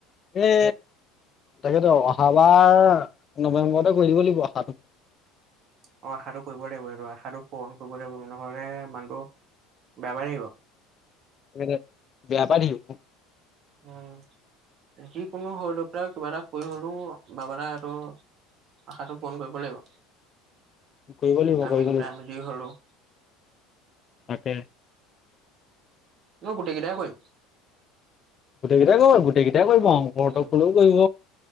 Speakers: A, on the left; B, on the right.
A: এ তাকেতো অহাবাৰ, নৱেম্বৰতে কৰি দিব লাগিব অহাটো।
B: অ' আশাটো কৰিব লাগিব আৰু আশাটো পোৰণ কৰিব লাগিব নহলে মানুহটো বেমাৰ আহিব।
A: এ, বেয়াপাৰীও।
B: আহ উম। যিকোনো শৰীৰৰ পৰা কিবা এটা কৰি হলেও বাবাৰ আৰু আশাটো পূৰণ কৰিব লাগিব,
A: কৰিব লাগিব
B: আমি
A: কৰিব
B: দুটা
A: লাগিব
B: আমেলি হলো
A: তাকে।
B: নই গোতেই কেইটা কৰিম।
A: গোটেইকেইটাই কৰিব গোটেইকেইটাই কৰিব অংকল হ'তক
B: উম,
A: কলেওঁ কৰিব।